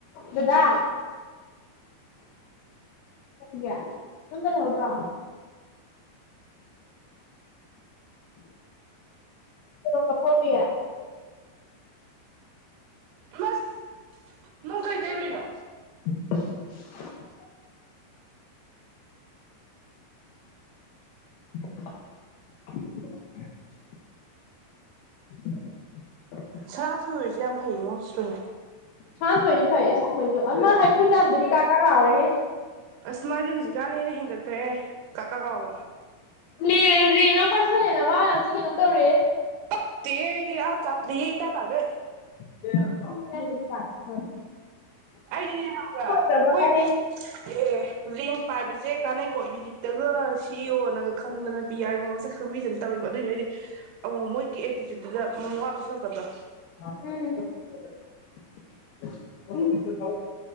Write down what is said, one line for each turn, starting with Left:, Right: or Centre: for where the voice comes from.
Left: ꯗꯗꯥ <unintelligible> ꯌꯨꯝꯗ ꯂꯩꯍꯧꯗ꯭ꯔꯣ꯫ ꯀꯦꯔꯣꯝꯀꯐꯥꯎꯔꯤꯌꯦ
Right: ꯏꯃꯁ ꯅꯪ ꯀꯩ ꯂꯩꯔꯨꯏꯅꯣ
Left: <inaudible> <inaudible> <inaudible>
Right: ꯁꯥ ꯁꯣꯏꯔꯤꯁꯦ ꯌꯥꯝ ꯐꯩꯉꯣ ꯏꯁꯇ꯭ꯔꯤꯡ
Left: ꯁꯥꯥꯟꯊꯣꯏꯗꯤ ꯐꯩꯌꯦ ꯑꯁꯦꯡꯕꯩꯖꯨ ꯑꯃ ꯍꯩꯀ꯭ꯔꯨꯖꯥꯝꯗꯗꯤ ꯀꯥꯛ ꯀꯥꯛ ꯂꯥꯎꯔꯦꯍꯦ꯫
Right: ꯑꯁ ꯃꯥꯗꯤ ꯍꯨꯖꯤꯛꯀꯥꯟꯅ ꯍꯦꯟꯅ ꯍꯦꯟꯒꯠꯈ꯭ꯔꯦꯍꯦ ꯀꯥꯛꯀꯥꯛ ꯂꯥꯎꯕ꯫
Left: ꯂꯦꯔꯦꯡꯉꯥ ꯄꯥꯏꯁꯜꯂꯦꯅ ꯃꯥ ꯌꯥꯝ ꯊꯤꯅ ꯀꯩꯅꯣꯝ ꯇꯧꯔꯦ꯫
Right: ꯄꯛꯇꯦꯍꯦ ꯑꯩꯗꯤ ꯑ ꯆꯞꯄ꯭ꯔꯤ ꯌꯦ ꯏꯇ ꯇꯒꯩ꯫
Left: <unintelligible> ꯑꯗꯨꯅꯦ ꯍꯥꯏꯁꯦ <unintelligible>
Right: ꯑꯩꯗꯤꯅꯦ ꯈꯪꯕ꯭ꯔ
Left: ꯂꯣꯏꯒ꯭ꯔꯕꯣꯌꯦ
Right: ꯍꯣꯏ ꯑꯦ ꯔꯤꯡ ꯄꯥꯏꯕꯁꯦ ꯀꯥꯟꯅꯩꯀꯣ ꯌꯨꯅꯤꯠꯇꯒ ꯁꯤ ꯏ ꯑꫭ ꯅꯒ ꯈꯪꯗꯅ ꯄꯤ ꯑꯥꯏ ꯅ ꯃꯁꯛ ꯈꯪꯕꯤꯗꯅ ꯇꯧꯋꯤꯕ ꯑꯗꯨꯏꯖꯨ ꯑꯩꯗꯤ ꯑꯃꯨ ꯃꯨꯛ ꯃꯣꯏꯒꯤ ꯑꯦꯇꯤꯆꯨꯠꯇꯨꯗ ꯃꯋꯥ ꯂꯧꯁꯤꯜꯂꯛꯇꯕꯗꯣ꯫
Left: ꯎꯝ <unintelligible>